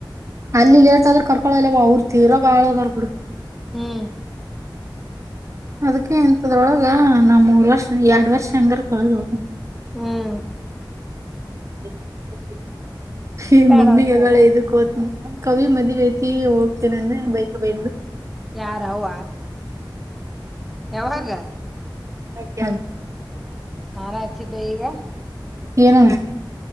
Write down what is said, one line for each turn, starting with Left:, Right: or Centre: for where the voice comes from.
Right: ಅಲ್ಲಿ ಲೇಟ್ ಆದ್ರೆ ಕರ್ಕೊಳಲ್ಲವ ಅವ್ರರು ತೀರ ಬಾಳದರ್ ಬಿಡು
Centre: ಹ್ಮ್
Right: ಅದಕ್ಕೆ ಎಂತ ಅದರೊಳಗ ನಾ ಮೂರ್ ವರ್ಷ ಎರಡ್ ವರ್ಷ ಹೆಂಗರ ಕಳೆದು ಹೋಗ್ತೀನಿ
Centre: ಹ್ಮ್
Right: <inaudible> ಏ
Centre: ಪ್ಯಾಡ
Right: ಮುನ್ನಿಗೆಲ್ಲ
Centre: ಹಚ್ಚಾಗ
Right: ಇದಕ್ಕ ಹೋತೀನಿ ಕವಿ ಮದವಿ ಐತಿ ಹೋತಿನಿ ನನ್ನ ಬೈಕ್ ಬೈದ
Centre: ಯಾರ ಅವ ಯಾವಾಗ
Right: ಕಗ
Centre: ನಾನ ಹಚ್ಚಿದ್ದೆ ಈಗ
Right: ಏನ